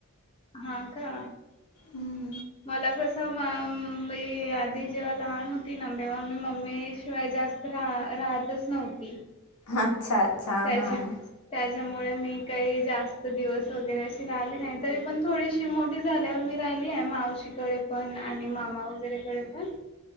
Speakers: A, on the left; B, on the left.
A: हा का
B: हम्म
A: मला कसं <unintelligible> मी आधी जेव्हा लहान हो ती ना तेव्हा मी मम्मी शिवाय जास्त राह राहतच नव्हती.
B: अच्छा अच्छा
A: त्याच्या
B: हां
A: <unintelligible> त्याच्यामुळे मी काही जास्त दिवस वगैरे अशी राहिली नाही. तरी पण थोडीशी मोठी झाल्यावर मी राहिली आहे. मावशीकडे पण आणि मामा वगैरेकडे पण